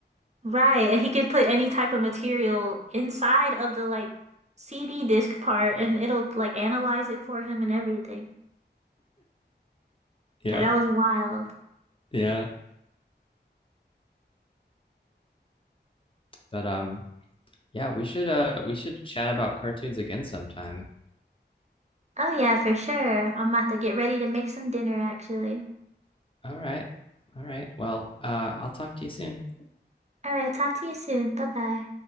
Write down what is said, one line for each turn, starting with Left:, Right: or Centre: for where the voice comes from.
Right: Right, and he can put any type of material inside of the like CD disc part and it'll like analyze it for him and everything.
Left: Yeah.
Right: Like that was wild.
Left: Yeah. But um Yeah, we should uh we should chat about cartoons again sometime.
Right: Oh yeah, for sure. I'm about to get ready to make some dinner actually.
Left: All right. All right. Well, uh I'll talk to you soon.
Right: All right, talk to you soon. Bye bye.